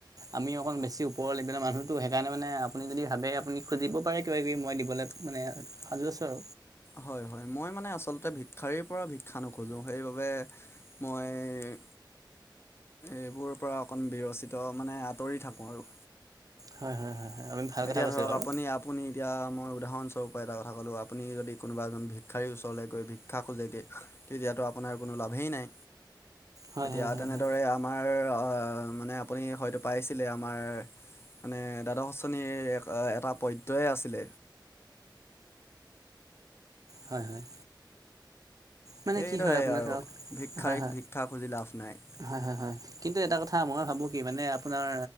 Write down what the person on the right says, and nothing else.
আমি অকণ বেছি ওপৰৰ লেভেলৰ মানুহটো সেইকাৰণে মানে আপুনি যদি ভাবে আপুনি খুজিব পাৰে কিবা কিবি মই দিবলে।
<inaudible> আছোঁ
হয় হয় হয় <inaudible>
বাৰু
হয়
হয় হয়
হয়
হয় হয়। মানে
কি হয় আপোনাৰ
ধৰক
হয় হয়
হয় হয় হয় কিন্তু এটা কথা মই ভাবোঁ কি মানে আপোনাৰ